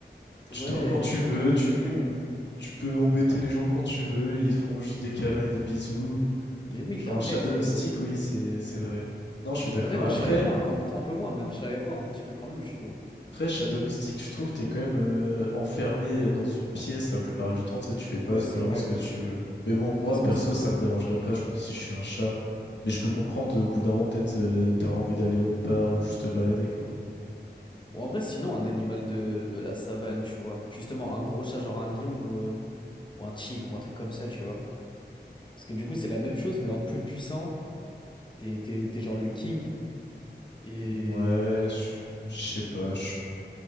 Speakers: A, on the left (about 80°); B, on the left (about 25°).
A: Tu
B: Ouais,
A: dors quand
B: les
A: tu
B: gens
A: veux,
B: te trouvent
A: tu,
B: mignon,
A: tu peux embêter les gens quand tu veux, ils feront juste des câlins et des bisous.
B: mais oui,
A: Genre
B: t'es un
A: un chat
B: maître.
A: domestique,
B: euh.
A: oui, c'est c'est vrai. Non, je suis d'accord.
B: Bah, même un
A: Après,
B: chat errant, un, un peu moins, mais un chat errant, un petit peu quand même, je trouve.
A: Après, chat domestique, je trouve, t'es quand même euh, enfermé euh, dans une pièce la plupart du temps, tu sais, tu fais pas
B: Ouais, c'est
A: vraiment
B: vrai.
A: ce que tu veux. Mais bon, moi,
B: Ouais, c'est
A: perso,
B: pour...
A: ça me dérangerait pas, je pense, si je suis un chat. Mais je peux comprendre, au bout d'un moment, peut-être, euh, t'auras envie d'aller autre part ou juste te balader, quoi.
B: Bon, en vrai, sinon, un animal de, de la savane, tu vois. Justement, un gros chat, genre un lion ou, euh, ou un tigre ou un truc comme ça, tu vois. Parce que du coup, c'est la même chose, mais en plus puissant. T'es, t'es, t'es genre le king. Et.
A: Ouais, je je sais pas, je suis